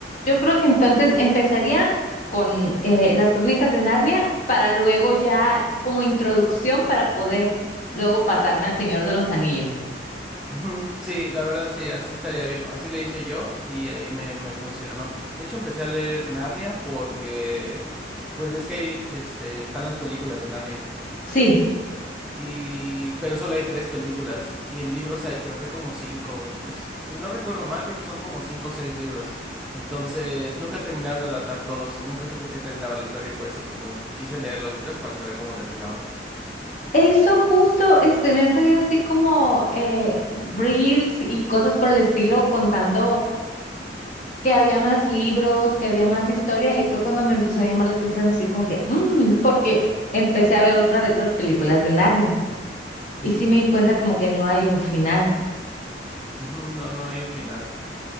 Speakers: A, on the left; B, in the centre.
A: yo creo que entonces empezaría con eh, las crónicas de Narnia para luego ya como introducción para poder luego pasarme al Señor de los Anillos.
B: Ujú, Sí, la verdad sí, así estaría bien. Así le hice yo y ahí me, me funcionó. De hecho, empecé a leer Narnia porque, pues ves que ahí este, están las películas de Narnia.
A: Sí,
B: Y, pero solo hay tres películas y en libros hay creo que como cinco. No, s- si no recuerdo mal, creo que son como cinco o seis libros. Entonces, nunca terminaron de adaptar todos y nunca supe en qué terminaba la historia. Por eso, pues como que quise leer los libros para saber cómo terminaba.
A: eso justo, este, me han salido así como eh, reels y cosas por el estilo contando que había más libros, que había más historia y fue cuando me empezó a llamar la atención así como que, "Mm", porque empecé a ver otra vez las películas de Narnia y
B: Ujú,
A: sí me di cuenta como que no hay un final.
B: ujú, No, no hay un final.